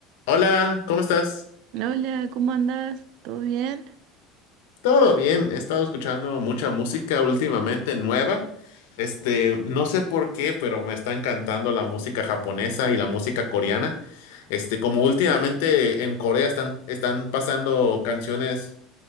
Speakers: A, on the left; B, on the right.
A: Hola, ¿cómo estás?
B: Hola, ¿cómo andás? ¿Todo bien?
A: Todo bien, he estado escuchando mucha música últimamente nueva. Este, no sé por qué, pero me está encantando la música japonesa y la música coreana. Este, como últimamente en Corea están, están pasando canciones